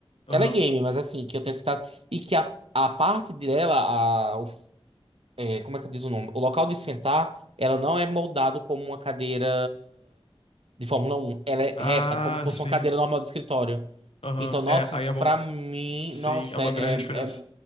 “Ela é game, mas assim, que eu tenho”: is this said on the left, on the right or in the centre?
Right